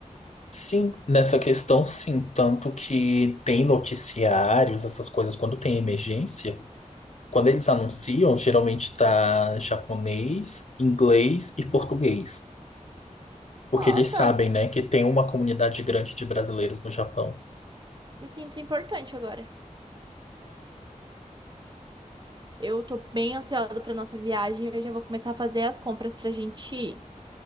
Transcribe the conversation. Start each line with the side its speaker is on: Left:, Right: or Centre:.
Left: Sim, nessa questão, sim. Tanto que tem noticiários, essas coisas, quando tem emergência, quando eles anunciam, geralmente tá japonês, inglês e português. Porque
Right: Nossa,
Left: eles sabem, né, que tem uma comunidade grande de brasileiros no Japão.
Right: me sinto importante agora. Eu tô bem ansiosa pra nossa viagem, eu já vou começar a fazer as compras pra gente ir.